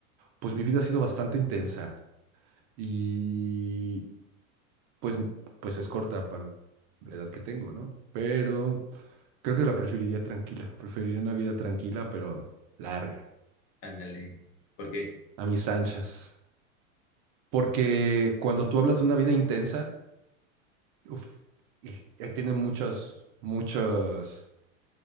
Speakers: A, on the right; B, on the left.
A: pues mi vida ha sido bastante intensa y pues, pues es corta para la edad que tengo, ¿no? Pero creo que la preferiría tranquila. Preferiría una vida tranquila, pero larga,
B: Ándale. ¿Por qué?
A: a mis anchas. Porque cuando tú hablas de una vida intensa, Uf, y, eh, tiene muchas, muchas,